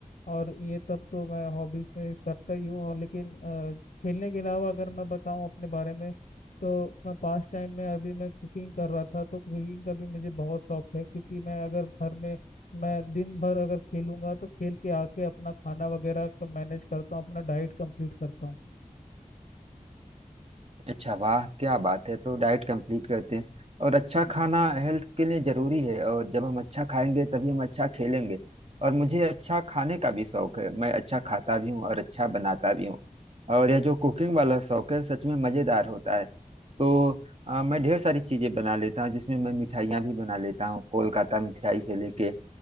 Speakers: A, on the left; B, on the right.
A: और ये सब तो मैं हॉबीज में करता ही हूँ और लेकिन अ, खेलने के अलावा अगर मैं बताऊँ अपने बारे में तो मैं पास टाइम में अभी मैं कुकिंग कर रहा था तो कुकिंग का भी मुझे बहुत शौक है क्योंकि मैं अगर घर में मैं दिन भर अगर खेलूंगा तो खेल के आके अपना खाना वगैरह मैनेज करता हूँ अपना डाइट कंप्लीट करता हूँ
B: अच्छा वाह क्या बात है तो डाइट कंप्लीट करते हैं और अच्छा खाना हेल्थ के लिए जरूरी है और जब हम अच्छा खाएंगे तभी हम अच्छा खेलेंगे और मुझे अच्छा खाने का भी शौक है मैं अच्छा खाता भी हूँ और अच्छा बनाता भी हूँ और यह जो कुकिंग वाला शौक है सच में मज़ेदार होता है तो अ, मैं ढेर सारी चीज़ें बना लेता हूँ जिसमें मैं मिठाइयाँ भी बना लेता हूँ कोलकाता मिठाई से लेके